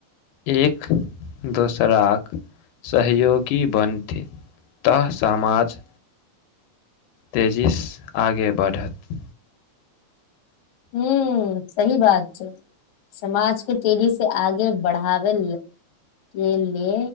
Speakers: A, on the left; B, on the left.
A: एक दोसराक सहयोगी बनथी। त समाज तेजीस आगे बढ़त
B: हुं। सही बात छै, समाजके तेजी से आगे बढ़ाबै ले के ले